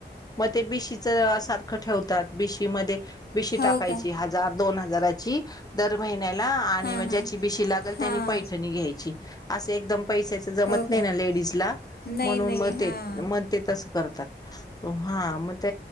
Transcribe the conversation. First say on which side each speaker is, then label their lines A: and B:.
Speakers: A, on the left (about 20°); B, on the left (about 60°).
A: मग ते बिशीच सारखं ठेवतात बिशी मध्ये बिशी
B: हो
A: टाकायची
B: का
A: हजार दोन हजारची दर महिन्याला आणि
B: हा
A: म्हणजे
B: हा
A: त्याची बिशी लागेल
B: हा
A: त्यानी पैठणी घ्यायची असं एकदम पैशच जमत
B: हो
A: नाही
B: का
A: ना लेडीजला
B: नाही
A: म्हणून
B: नाही
A: मत
B: हां
A: तेच ते तसंच करतात हा मग